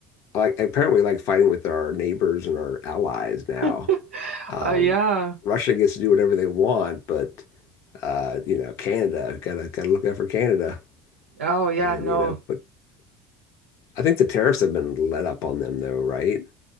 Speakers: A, on the left; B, on the right.
A: like apparently like fighting with our neighbors and our allies now.
B: <laughs>
A: Um,
B: Oh yeah.
A: Russia gets to do whatever they want, but uh, you know, Canada gotta gotta look out for Canada
B: Oh yeah,
A: and
B: no.
A: you know, but I think the tariffs have been let up on them though, right?